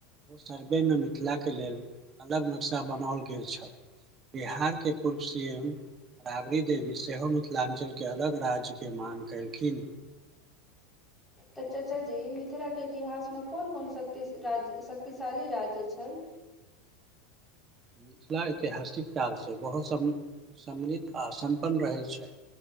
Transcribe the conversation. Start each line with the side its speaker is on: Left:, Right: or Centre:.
Right: ओ सर्वेमे मिथिलाके लेल अलग नक्शा बनाओल गेल छल। बिहार के पूर्व सी एम राबड़ी देवी सेहो मिथिलाञ्चलके अलग राज्यके माँग कयेलखिन।
Centre: ह <inaudible> तऽ चाचा जी मिथिलाके इतिहासमे कोन- कोन शक्ति राज शक्तिशाली राज्य छैन।
Right: मिथिला ऐतिहासिक कालसँ बहुत सम- सम्मिलित आ सम्पन्न रहै छै।